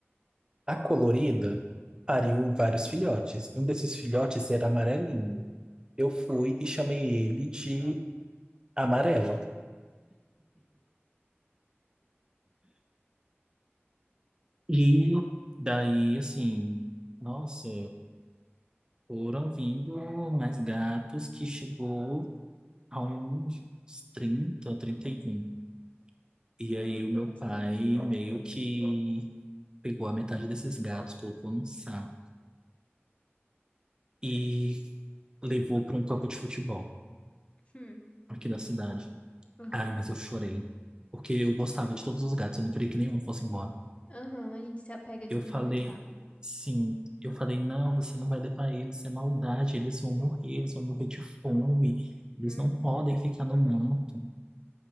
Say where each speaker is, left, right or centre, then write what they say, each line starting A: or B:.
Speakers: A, on the right; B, on the left.
A: A Colorida pariu vários filhotes. Um desses filhotes era amarelinho. Eu fui e chamei ele de Amarelo. E daí, assim, nossa, foram vindo mais gatos que chegou a uns trinta, trinta e um E
B: Nossa,
A: aí o meu
B: bastante.
A: pai meio que pegou a metade desses gatos, colocou num saco e levou para um campo de futebol
B: Hum,
A: aqui da cidade.
B: Aham,
A: Ai, mas eu chorei, porque eu gostava de todos os gatos, eu não queria que nenhum fosse embora.
B: aham. A gente se apega de
A: Eu
B: muito
A: falei,
B: rápido.
A: sim, eu falei, não, você não vai levar eles, é maldade, eles vão morrer, eles vão morrer de fome, eles
B: Uhum.
A: não podem ficar no mato.